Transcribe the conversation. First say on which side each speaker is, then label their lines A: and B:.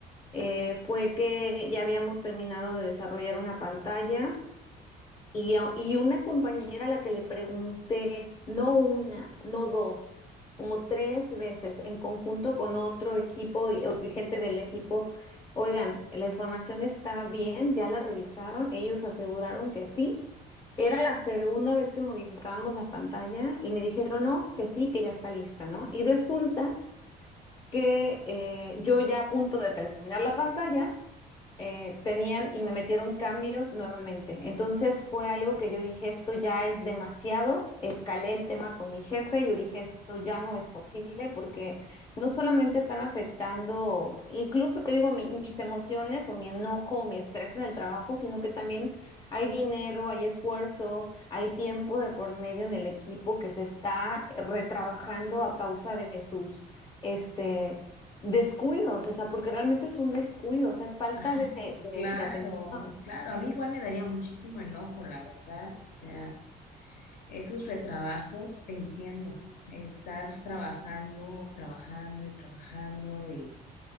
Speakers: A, on the left (about 20°); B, on the left (about 60°).
A: eh, fue que ya habíamos terminado de desarrollar una pantalla. Y, a- y una compañera a la que le pregunté, no una, no dos, como tres veces en conjunto con otro equipo y o- gente del equipo. Oigan, la información está bien, ya la revisaron, ellos aseguraron que sí. Era la segunda vez que modificábamos la pantalla y me dijeron no, que sí, que ya está lista, ¿no? Y resulta que eh, yo ya a punto de terminar la pantalla eh, tenían y me metieron cambios nuevamente. Entonces fue algo que yo dije, esto ya es demasiado, escalé el tema con mi jefe, yo dije, esto ya no es posible porque no solamente están afectando, incluso te digo, mi- mis emociones o mi enojo o mi estrés en el trabajo, sino que también hay dinero, hay esfuerzo, hay tiempo de por medio en el equipo que se está retrabajando a causa de sus... Este, descuidos, o sea, porque realmente es un descuido, o sea, es falta
B: Ay,
A: de, de,
B: claro,
A: de atención.
B: claro. A mí igual me daría muchísimo enojo, la verdad. O sea, esos retrabajos, te entiendo. Estar trabajando, trabajando y trabajando y